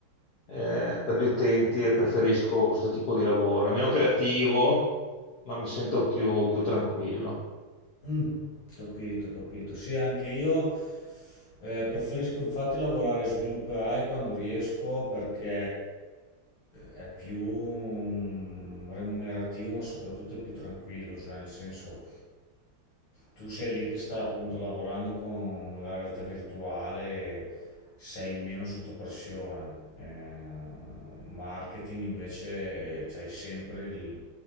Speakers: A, on the left (about 60°); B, on the left (about 75°).
A: eh, per gli utenti e preferisco questo tipo di lavoro. È meno creativo, ma mi sento più, più tranquillo.
B: Mm, capito, capito. Sì, anche io eh, preferisco infatti lavorare svilupperai quando riesco perché è più mm, remunerativo, ma soprattutto è più tranquillo, cioè nel senso tu sei lì che sta appunto lavorando con la realtà virtuale, e sei meno sotto pressione. Eh, marketing invece c'hai sempre il